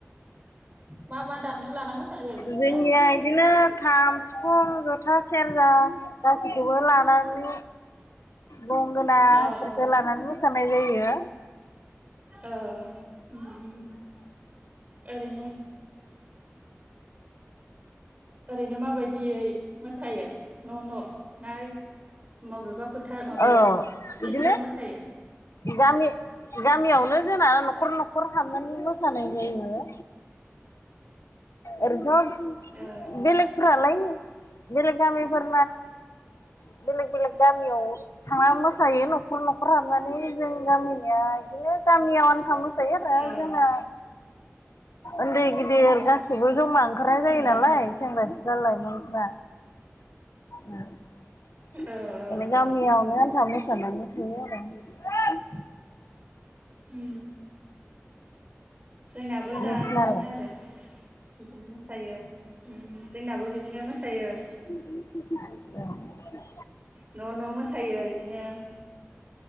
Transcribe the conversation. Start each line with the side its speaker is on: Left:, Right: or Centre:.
Right: मा मा दामजु लाना मोसानाय जायो नोंसिना?
Left: जोंनिया इदिनो खाम सिफुं जथा सेरजा गासैखौबो लानानै गंगोना
Right: अ
Left: इफोरखो
Right: अ
Left: लानानै मोसानाय जायो
Right: औ उम उम ओरैनो ओरैनो माबायदियै मोसायो न' न' ना ओइस मबेबा फोथार माबायाव
Left: औ बिदिनो
Right: फिल्डफोराव मोसायो
Left: गामि गामियावनो जोंना न'खर न'खर नखर हाबनानै मोसानाय जायो ओरैथ'
Right: ओ
Left: बेलेगफोरालाय बेलेग गामिफोर <unintelligible> बेलेग बेलेग गामियाव थांनानै मोसाहैयो न'खर न'खर हाबनानै जों गामिनिया बिदिनो गामियाव आनथा मोसायो आरो
Right: औ
Left: जोंना उन्दै गिदिर गा सैबो जमा ओंखारनाय जायो
Right: उम
Left: नालाय सेंग्रा सिख्ला लाइमोनफ्रा। उम
Right: औ
Left: एने गामियावनो
Right: औ
Left: आनथा मो सानानै थाङो आरो।
Right: उम जोंनाबो
Left: नोंसिनालाय
Right: दा बिदिनो आरो। बिदिनो मोसायो उम जोंनाबो बिदिनो मोसायो।
Left: <inaudible>
Right: न' न' मोसायो इदिनो।